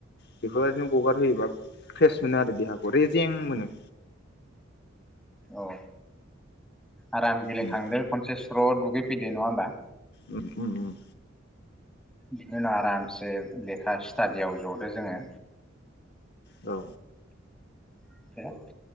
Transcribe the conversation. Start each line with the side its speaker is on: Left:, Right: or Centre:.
Left: बेफोरबायदि नो हगार होयोबा फ्रेस मोनो आरो दे देहाखौ रेजें मोनो
Centre: औ आराम गेले
Left: उम
Centre: खांदों खनसे स्र' दुगै फैदो नङा होमबा
Left: उम उम
Centre: बिनि उनाव आरामसे लेखा स्टाडियाव जदो जोङो
Left: औ
Centre: <inaudible>